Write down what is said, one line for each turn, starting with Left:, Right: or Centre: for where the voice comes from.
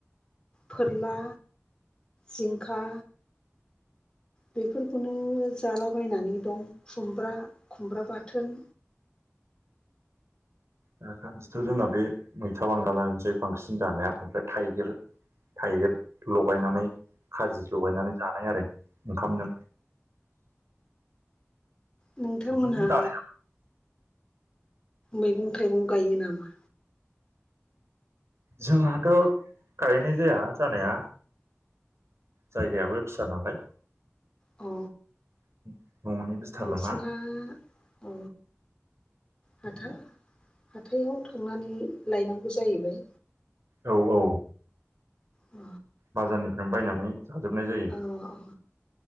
Left: फोरला जिंखा बेफोरखौनो जालाबायनानै दं खुमब्रा खुमब्रा बाथोन
Right: दासान्दिथ' जोंना बे मैथा बांगालानोसै बांसिन जानाया ओमफ्राय थाइगिर थाइगिर लं लगायनानै खाजि लगायनानै जानाय आरो ओंखामजों।
Left: नोंथांमोनहा
Right: बिदिनो दा
Left: मैगं थाइगं गायो नामा?
Right: जोंहाथ' खारैनाय जाया जानाया जायगायाबो फिसा नालाय।
Left: औ
Right: <inaudible> बिथाल'ना
Left: बांसिना अ हाथा हाथायाव थांनानै लायनांगौ जाहैबाय
Right: औ औ
Left: अ
Right: बाजारनिफ्राय बायनानै जाजोबनाय जायो
Left: औ औ